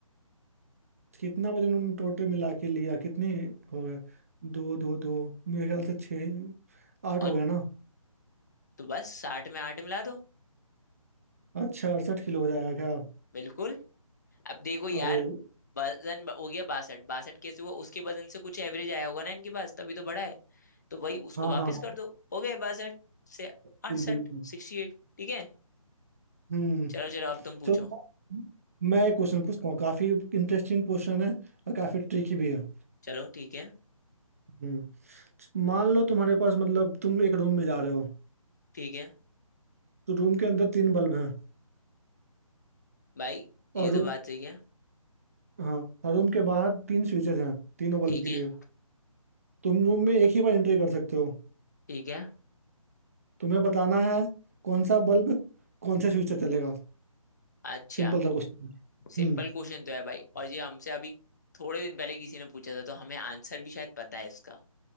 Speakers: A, on the right; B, on the left.
A: कितना वजन उन्होंने टोटल मिला के लिया कितने हो गए दो दो दो मेरे ख्याल से छः आठ
B: और
A: हो गया ना
B: तो बस साठ में आठ मिला दो
A: अच्छा अड़सठ किलो हो जाएगा क्या
B: बिल्कुल अब देखो यार
A: अरे
B: वजन ब- हो गया बासठ बासठ कैसे हुआ उसके वजन से कुछ एवरेज आया होगा ना इनके पास तभी तो बड़ा है तो वही उसको
A: हाँ
B: वापस
A: हाँ हाँ
B: कर दो हो गए बासठ से
A: बिल्कुल
B: अड़सठ
A: बिल्कुल
B: सिक्सटी एट ठीक है
A: हम्म
B: चलो चलो अब तुम पूछो
A: चलो मैं मैं एक क्वेश्चन पूछता हूँ काफी इंटरेस्टिंग क्वेश्चन है और काफी ट्रिकी भी है
B: चलो ठीक है
A: हम्म मान लो तुम्हारे पास मतलब तुम एक रूम में जा रहे हो
B: ठीक है
A: तो रूम के अंदर तीन बल्ब हैं
B: भाई
A: और
B: ये तो
A: रूम
B: बात सही है
A: हाँ और रूम के बाहर तीन स्विचेज हैं तीनों बल्ब
B: ठीक
A: के
B: है
A: लिए तुम रूम में एक ही बार एंट्री कर सकते हो
B: ठीक है
A: तुम्हें बताना है कौन सा बल्ब कौन से स्विच से चलेगा
B: अच्छा
A: सिंपल सा क्वेश्चन
B: सिंपल
A: हम्म
B: क्वेश्चन तो है भाई और ये हमसे अभी थोड़े दिन पहले किसी ने पूछा था तो हमें आंसर भी शायद पता है इसका